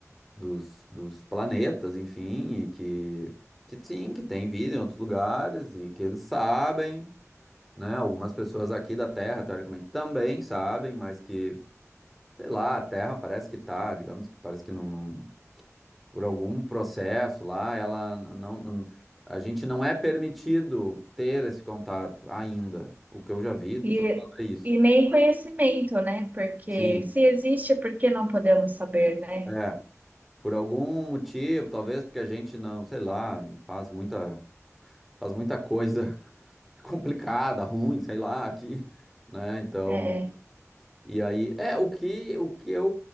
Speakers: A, in the centre; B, on the right.
A: dos, dos planetas, enfim, e que, que sim, que tem vida em outros lugares e que eles sabem. né? Algumas pessoas aqui da Terra, teoricamente, também sabem, mas que, sei lá, a Terra parece que tá, digamos que parece que não, não- por algum processo lá, ela n- não, não- a gente não é permitido ter esse contato ainda. O que eu já vi, as
B: E,
A: pessoas falando é isso.
B: e nem conhecimento, né? Porque
A: Sim,
B: se existe, por que não podemos saber, né?
A: é. Por algum motivo, talvez porque a gente não, sei lá, faz muita, faz muita coisa <laughs> complicada, ruim, sei lá, aqui, né? Então
B: É,
A: E aí, é o que o que eu